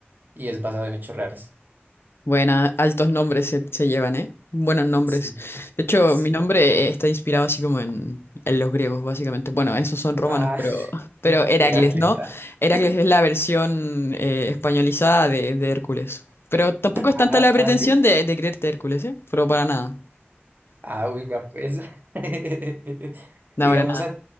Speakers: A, on the right; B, on the left.
A: y es basado en hechos reales.
B: Buena, altos nombres se, se llevan, ¿eh? Buenos nombres.
A: Sí,
B: De hecho,
A: sí.
B: mi nombre eh, está inspirado así como en, en los griegos, básicamente. Bueno, esos son romanos,
A: Ah,
B: pero, pero
A: <laughs>
B: Heracles,
A: Heracles,
B: ¿no?
A: ¿verdad? <laughs>
B: Heracles es la versión eh, españolizada de, de Hércules. Pero tampoco es tanta
A: Ah,
B: la pretensión
A: ah, sí.
B: de, de creerte Hércules, ¿eh? Pero para nada.
A: Ah, oiga, pues. <laughs>
B: No,
A: Digamos,
B: para nada.